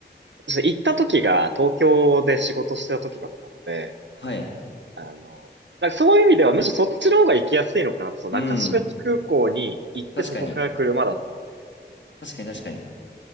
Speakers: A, on the right; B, on the left.
A: そう行った時が東京で仕事してた時だったので、
B: はい。
A: あの、だからそういう意味ではむしろそっちの方が行きやすいのかなと、その中標津空港に行ってそこから車だったんで、
B: うん。確かに。確かに確かに。